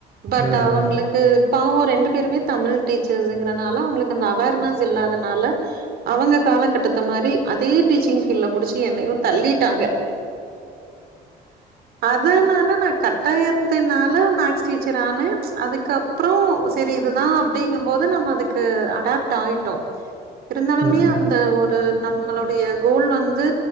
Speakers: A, on the right; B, on the right.
A: பட்
B: ம்.
A: அவங்களுக்கு
B: ம்.
A: பாவம் ரெண்டு பேருமே தமிழ் டீச்சர்ஸ்ங்குறதுனால அவங்களுக்கு அந்த அவேர்னஸ் இல்லாதனால அவங்க காலகட்டத்த மாதிரி அதே டீச்சிங் ஃபீல்டல புடிச்சு என்னையு தள்ளிட்டாங்க அதனால நா கட்டாயத்துனால மேக்ஸ் டீச்சர் ஆன ம்ச் அதுக்கப்புறோ செரி இதுதான் அப் டிங்கும் போது நம்ம அதுக்கு அடாப்ட் ஆகிட்டோம் இருந்தாலுமே
B: ம். ம்.
A: அந்த ஒரு நம்மளுடைய கோல் வந்து